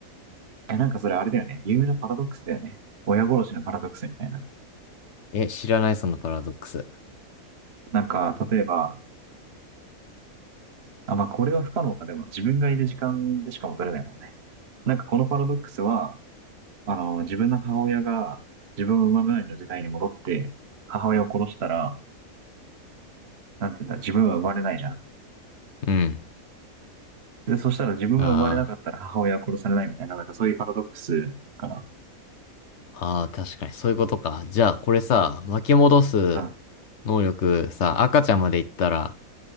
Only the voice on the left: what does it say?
え、知らない、そのパラドックス。
うん。
あ
あ、ああ、確かに、そういうことか。じゃあ、これさ、巻き戻す
能力さ、赤ちゃんまで行ったら、